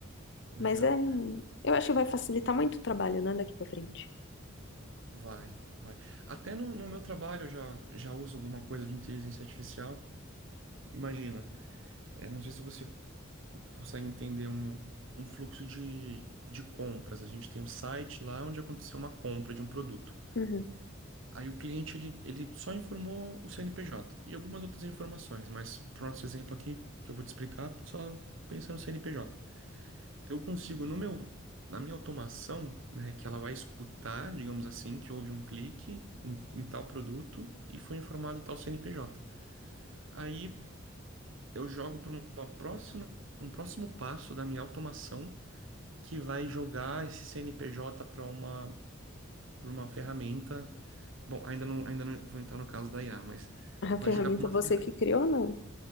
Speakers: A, on the right (about 65°); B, on the left (about 60°).
A: Legal.
B: mas é, eu acho que vai facilitar muito o trabalho, né, daqui para frente.
A: Vai, vai. Até no, no meu trabalho eu já, já uso alguma coisa de inteligência artificial. Imagina, é, não sei se você consegue entender um, um fluxo de, de compras. A gente tem o site lá onde aconteceu uma compra de um produto.
B: Uhum.
A: Aí o cliente ele, ele só informou o CNPJ e algumas outras informações, mas para o nosso exemplo aqui, que eu vou te explicar, só pensa no CNPJ. Eu consigo no meu na minha automação, né, que ela vai escutar, digamos assim, que houve um clique em, em tal produto e foi informado tal CNPJ. Aí eu jogo para uma próxima um próximo passo da minha automação que vai jogar esse CNPJ para uma, para uma ferramenta. Bom, ainda não, ainda não vou entrar no caso da IA, mas
B: <laughs> A
A: vai
B: ferramenta
A: jogar para uma
B: você
A: ferramenta.
B: que criou, não?